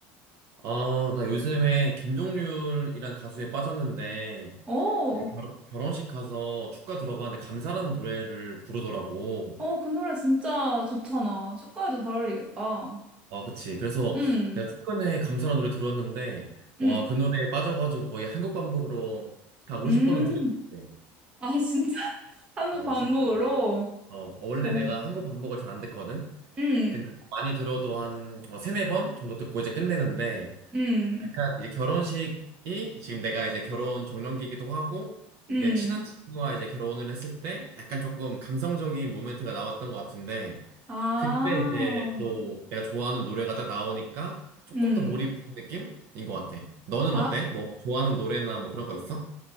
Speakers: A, on the right; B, on the right.
A: 아, 나 요즘에 김종률이란 가수에 빠졌는데,
B: 오,
A: 이제 결, 결혼식 가서 축가 들어봤는데, 감사라는 노래를 부르더라고.
B: 어, 그 노래 진짜 좋잖아. 축가에도 잘 어울리겠다.
A: 아, 그치. 그래서
B: 음,
A: 내가 최근에 감사라는 노래 들었는데,
B: 음,
A: 와, 그 노래에 빠져가지고 거의 한국 반복으로 한 50번은
B: 음.
A: 들은 것 같아.
B: 아, 진짜? <laughs> 한국
A: 어,
B: 반복으로?
A: 진짜. 어, 원래
B: 오,
A: 내가 한국 반복을 잘 안 듣거든?
B: 음,
A: 근데 많이 들어도 한 어, 세네 번 정도 듣고 이제 끝내는데,
B: 음,
A: 약간 이제 결혼식이 지금 내가 이제 결혼 정년기이기도 하고
B: 음.
A: 내 친한 친구와 이제 결혼을 했을 때 약간 조금 감성적인 모멘트가 나왔던 것 같은데
B: 아,
A: 그때 이제 또 내가 좋아하는 노래가 딱 나오니까 조금
B: 음.
A: 더 몰입이 된 느낌인 것 같아. 너는
B: 아,
A: 어때? 뭐 좋아하는 노래나 뭐 그런 거 있어?